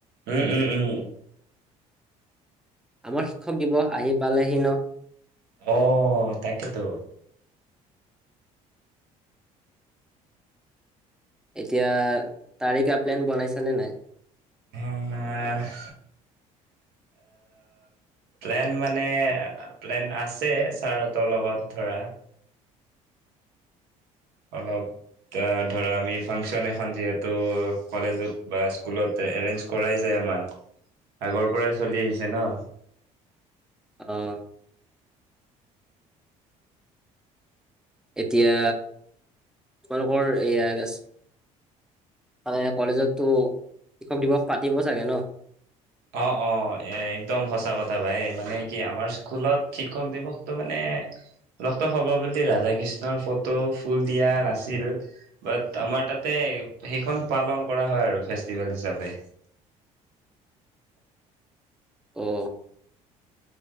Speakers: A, on the right; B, in the centre.
A: উম, উম, উম।
B: আমাৰ শিক্ষক দিব আহি পালেহি ন।
A: অ' তাকেই টো।
B: এতিয়া তাৰে কিবা প্লেন বনাইছা নে নাই?
A: আহ প্লেন মানে প্লেন আছে ছাৰহতঁৰ লগত ধৰা। অলপ ধৰা আমি ফাংচন এখন যিহেতু কলেজত বা স্কুলত এৰেঞ্জ কৰাই যায় আমাৰ আগৰ পৰাই চলি আহিছে ন।
B: অ'। এতিয়া তোমালোকৰ এয়া আগছ মানে কলেজতো শিক্ষক দিৱস পাতিব চাগে ন?
A: অ অ একদম সঁচা কথা ভাই মানে কি আমাৰ স্কুলত শিক্ষক দিৱসটো মানে ৰক্ত সৰ্বপল্লী ৰাধাকৃষ্ণৰ ফটো ফুল দিয়া নাছিল। বাট আমাৰ তাতে সেইখন পালন কৰা হয় আৰু ফেষ্টিভেল হিচাপে।
B: অ।